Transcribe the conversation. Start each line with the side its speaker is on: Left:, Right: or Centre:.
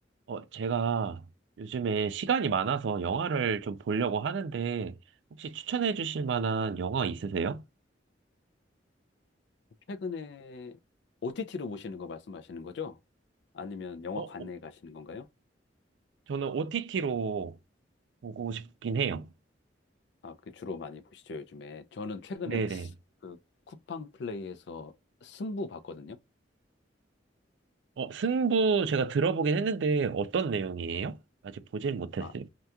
Right: 어, 제가 요즘에 시간이 많아서 영화를 좀 보려고 하는데, 혹시 추천해 주실 만한 영화 있으세요?
Left: 최근에 OTT로 보시는 거 말씀하시는 거죠? 아니면 영화관에
Right: 어, 어,
Left: 가시는 건가요?
Right: 저는 OTT로 보고 싶긴 해요.
Left: 아, 그 주로 많이 보시죠, 요즘에. 저는 최근에
Right: 네네.
Left: 그 쿠팡 플레이에서 승부 봤거든요.
Right: 어, 승부 제가 들어보긴 했는데, 어떤 내용이에요? 아직 보질 못했어요.
Left: 아,